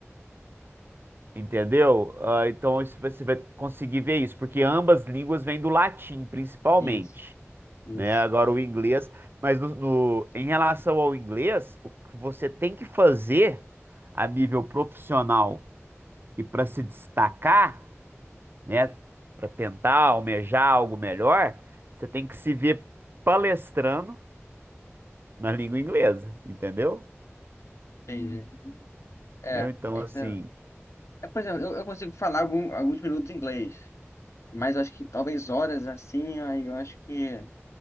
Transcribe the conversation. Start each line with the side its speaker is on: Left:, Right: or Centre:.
Right: entendeu? Ah, então isso você vai conseguir ver isso, porque ambas línguas vêm do latim, principalmente,
Left: Isso, isso.
Right: né? Agora o inglês, mas no, no- em relação ao inglês, o que você tem que fazer a nível profissional e para se destacar né? Para tentar almejar algo melhor, você tem que se ver palestrando na língua inglesa, entendeu?
Left: Entendi. É,
Right: Entendeu? Então,
Left: é
Right: assim,
Left: isso. É, É, por exemplo, eu, eu consigo falar algum- alguns minutos em inglês, mas acho que talvez horas assim, aí eu acho que